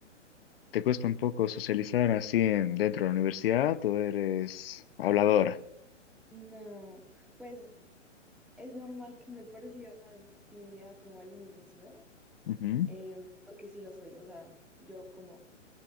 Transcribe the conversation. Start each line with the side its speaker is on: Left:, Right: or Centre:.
Left: ¿Te cuesta un poco socializar así en- dentro de la universidad o eres habladora?
Centre: no, pues es normal que me <laughs> percibas tímida como al inicio,
Left: Ujú,
Centre: em, porque sí lo soy, o sea, yo como,